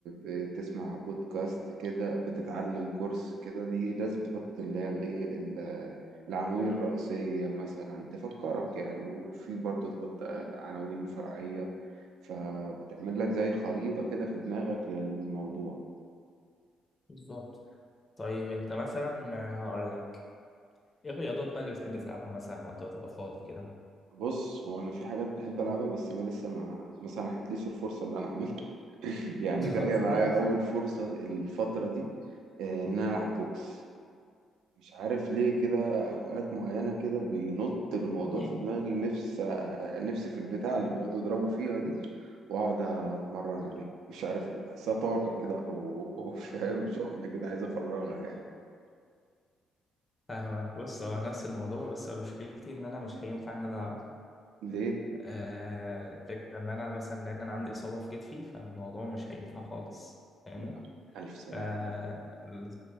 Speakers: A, on the right; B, on the left.
A: بتسمع بودكاست كده بتتعلم كورس كده دي لازم تحط اللي هي الايه ال- العناوين الرئيسية مثلا تفكرك يعني وفي برضو تحط عناوين فرعية فبتعمل لك زي خريطة كده في دماغك للموضوع
B: بالظبط طيب انت مثلا آه، هقول لك ايه الرياضات بقى اللي بتحب تلعبها مثلا وقت ما تبقى فاضي كده
A: بص هو انا في حاجات بحب العبها بس انا لسه ما ما سنحتليش الفرصه اللي انا اعملها <laughs> يعني
B: <laughs>
A: جايه
B: اصلا
A: معايا اول فرصه الفتره دي آه، ان انا العب بوكس مش عارف ليه كده اوقات معينه كده بينط الموضوع
B: <laughs>
A: في دماغي نفس آه، نفسي في البتاع اللي بيقعدوا يضربوا فيها دي واقعد اتمرن عليه مش عارف ليه بحسها طاقه كده او أو <laughs> فاهم شحنه كده عايز افرغها يعني
B: فاهمك بص هو نفس الموضوع بس أنا مشكلتي ان انا مش هينفع ان انا العب
A: ليه
B: آه الفكره ان انا مثلا ان انا عندي اصابه في كتفي فالموضوع مش
A: آه،
B: هينفع خالص فاهمني
A: لا الف سلامه
B: ف ال-